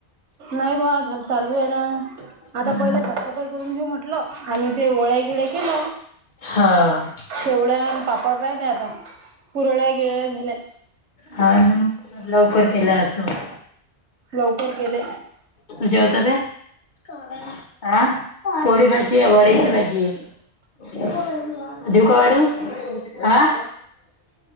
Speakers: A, on the right; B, on the left.
A: नाही बुवा चालू आहे ना आता
B: हम्म
A: पहिल साफसफाई करून घेऊ म्हटल. आणि ते वळे गीळे केल.
B: हां
A: शेवया आणि पापड राहिल्या आता कुरडया गिरड्या झाल्या आता
B: हां ना लवकर केला आज मी.
A: लवकर केले
B: तू जेवतो का? हा पोळी भाजी आहे वड्याची भाजी आहे. देऊ का वडी हां